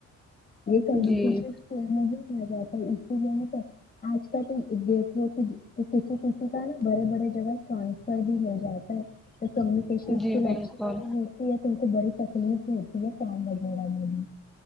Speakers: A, on the left; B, in the centre.
A: یہ کمییشن
B: جی
A: اسک نہیں ہو جاتا ل تو آج کال تو دیکھو کھ کسی کسی کا ن برے برے <unintelligible> جا <unintelligible> ٹرانسفر بھی ہو جاتا ہے تو کمیونکیشن اسکل
B: جی بالکل
A: اچھی مورتی ہے تم سے بڑی تکلیف ہوتی ہے کام وغیرہ میں بھی